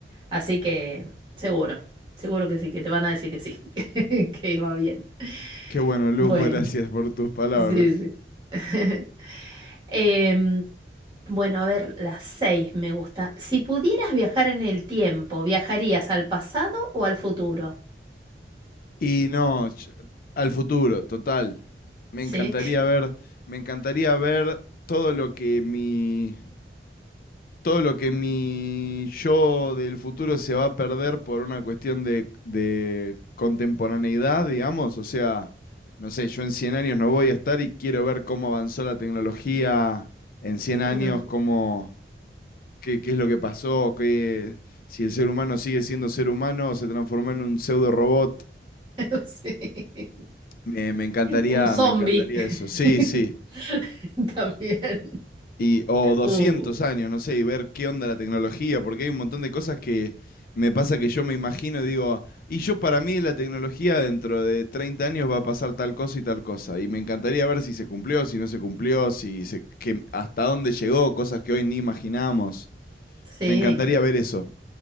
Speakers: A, on the right; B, on the left.
A: Así que seguro, seguro que sí, que te van a decir que sí, <laughs> que va bien.
B: Qué bueno, Luz,
A: Bueno,
B: <laughs> gracias por tus palabras.
A: sí, sí. <laughs> Em, bueno, a ver, las seis me gusta. Si pudieras viajar en el tiempo, ¿viajarías al pasado o al futuro?
B: Y no, ch- al futuro, total. Me
A: Sí.
B: encantaría ver, me encantaría ver todo lo que mi, todo lo que mi yo del futuro se va a perder por una cuestión de, de contemporaneidad, digamos. O sea, no sé, yo en 100 años no voy a estar y quiero ver cómo avanzó la tecnología en
A: <laughs>
B: cien años,
A: Ujú.
B: cómo qué, qué es lo que pasó, qué, si el ser humano sigue siendo ser humano o se transformó en un pseudo robot.
A: <laughs> Sí.
B: Me, me encantaría,
A: Un zombie.
B: me encantaría eso. Sí,
A: <laughs>
B: sí.
A: También.
B: Y, o doscientos
A: Uh,
B: años, no sé, y ver qué onda la tecnología, porque hay un montón de cosas que me pasa que yo me imagino y digo, y yo para mí la tecnología dentro de 30 años va a pasar tal cosa y tal cosa. Y me encantaría ver si se cumplió, si no se cumplió, si se, que, hasta dónde llegó, cosas que hoy ni imaginamos
A: sí,
B: Me encantaría ver eso.